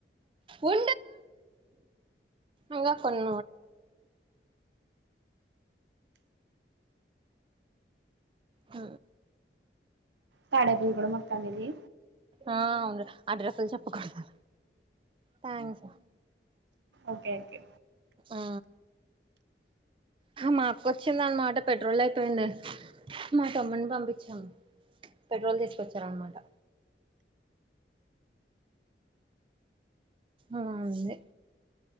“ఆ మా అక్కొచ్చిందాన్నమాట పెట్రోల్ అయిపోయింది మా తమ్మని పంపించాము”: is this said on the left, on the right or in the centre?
Right